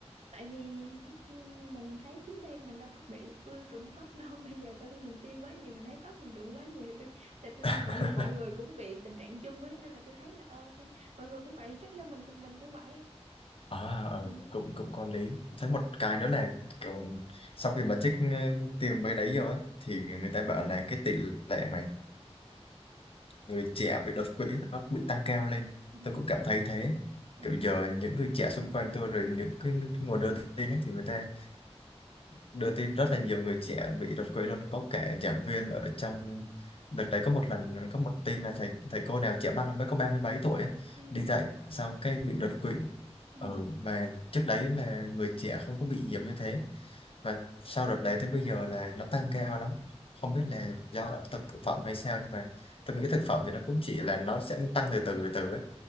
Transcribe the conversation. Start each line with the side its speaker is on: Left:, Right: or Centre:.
Right: tại vì ừm, mình thấy trước đây mình đâu có bị cứ rụng tóc đâu <laughs> bây giờ sau khi mình tiêm quá nhiều mình thấy tóc mình rụng quá nhiều thì tôi tại tôi
Left: <laughs>
Right: mọi mọi người cũng bị tình trạng chung ấy nên là tôi thấy là ờ thì mọi người cũng vậy thì chắc do mình cùng mình cũng vậy
Left: à ừ,
Right: ừ
Left: cũng cũng có lý thấy một cái nữa là kiểu sau khi mà trích ờ, tiền mấy đấy rồi ấy thì người ta bảo là cái tỷ lệ mà người trẻ bị đột quỵ nó bị tăng cao lên
Right: ừ
Left: tôi cũng cảm thấy thế
Right: ừ
Left: kiểu giờ những người trẻ xung quanh tôi rồi những cái nguồn đưa tin ấy, thì người ta đưa tin rất là nhiều người trẻ bị đột quỵ luôn có kẻ giảng viên ở trong đợt đấy có một lần có một tin là thầy thầy cô nào trẻ măng mới có ba mươi mấy tuổi ấy,
Right: ừ
Left: đi dạy xong cái bị đột quỵ
Right: ừ
Left: ở mà trước đấy là người trẻ không có bị nhiều như thế và sau đợt đấy tới bây giờ là nó tăng cao lắm không biết là do thực thực phẩm hay sao nhưng mà tôi nghĩ thực phẩm thì nó cũng chỉ là nó sẽ tăng từ từ từ từ ấy